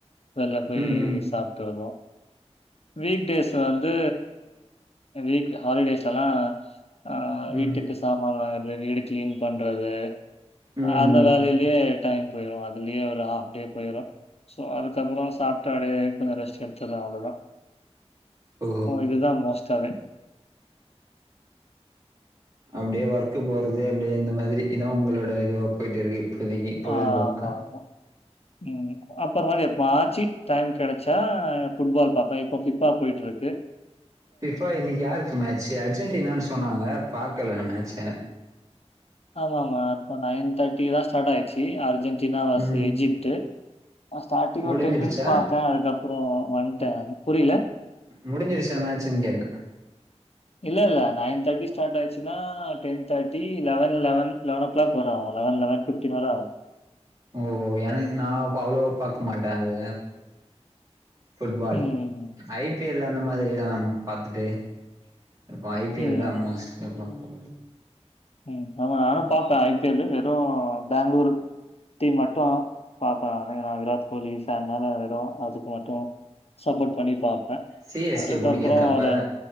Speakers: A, on the left; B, on the right.
A: வெள்ல போய்
B: ம் ம்
A: சாப்ட்டு வருவோ வீக் டேஸ் வந்து வீக் ஹாலிடேஸ் எல்லா ஆ
B: ம்
A: வீட்டுக்கு
B: ம்
A: சாமான் வாங்கறது வீடு கிளீன் பண்றது
B: ம்
A: அந்த வேலையில் ப்டியே டைம் போயிரு அதுலயே ஒரு ஆஃப் டே போயிரு சோ அதுக்கப்புற சாப்படு அப்டியே கொஞ்ச ரெஸ்ட் எடுத்தறே அவ்ளோதா
B: ஓ
A: இதுதா மோஸ்டா வே
B: அப்டியே ஒர்க்கு போறது அப்டியே இந்த மாதிரி இதா உங்களோட இதுவா போயிட்டு இருக்கு இப்போதைக்கு பொழுதுபோக்கா
A: ஆமாமா. ம் அப்புற மாரி எப்பாச்சி டைம் கெடைச்சா ஃபுட்பால் பாப்பே இப்போ ஃபுட்பால் போயிட்டு இருக்கு
B: ஃபிஃபா இன்னைக்கு யாருக்கு மேட்சு அர்ஜென்டினான்னு சொன்னாங்க பாக்கல நா மேட்ச
A: ஆமா ஆமா இப்ப நைன் தேர்டி தா ஸ்டார்ட் ஆயிச்சு டி அர்ஜென்டினா வாச
B: ம்.
A: எஜிப்ட்டு ஸ்டார்ட்டிங்
B: முடிஞ்சிடுச்சா?
A: ஒரு டென் மினிட்ஸ் பாத்தே அதுக்கப் அப்புறோ வன்ட்டே நானு புரில
B: முடிஞ்சுருச்சா மேட்சுன்னு கேட்டே
A: இல்ல இல்ல நைன் தேர்ட்டி ஸ்டார்ட் ஆயருச்சுனா டென் தேட்டி eleven eleven eleven o'clock வர ஆகு லவன் லவன் ஃபி ஃப்டின் வர ஆகு
B: ஓ ஓ எனக்கு நா இப்ப அவ்ளோ பாக்க மாட்டே அது ஃபுட்பால்
A: ம்.
B: ஐபிஎல் அந்த மாதிரிதா நம்ம பாத்துட்டு இப்ப ஐபிஎல்
A: ம்.
B: தா மோஸ்டா பாப்போ
A: ம் ஆமா நானு பாப்பே ஐபிஎல்லு அப்றோ பாங்களூர் டீம் மட்டு பாப்பே ஏனா விராத் கோலி அதனால வெறு அதுக்கு மட்டு சப்போர்ட் பண்ணி பாப்பே
B: சிஎஸ்கே
A: அதுக்கப்புற
B: புடிக்காதா அப்ப?
A: ஒரு